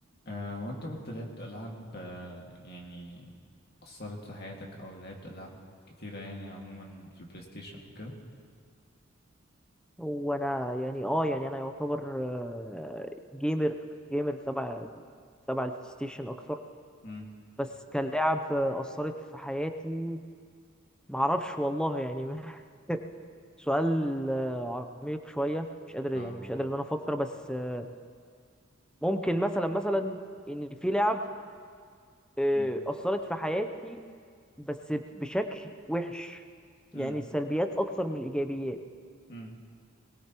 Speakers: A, on the left; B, in the centre.
A: آه، هو انت كنت لعبت ألعاب آه، يعني أثرت في حياتك أو لعبت ألعاب كتيرة يعني عموما في البلاي ستيشن وكده
B: هو انا يعني اه يعني انا يعتبر آه، جيمر جيمر تبع تبع البلاي ستيشن اكتر
A: امم
B: بس كلاعب آه، اثرت في حياتي معرفش والله يعني <laughs> سؤال آه، عميق شويه مش قادر
A: اه
B: يعني مش قادر ان انا افكر بس آه، ممكن مثلا مثلا ان في لعب آه،
A: امم
B: اثرت في حياتي بس بشكل وحش
A: امم
B: يعني السلبيات اكتر من الايجابيات
A: امم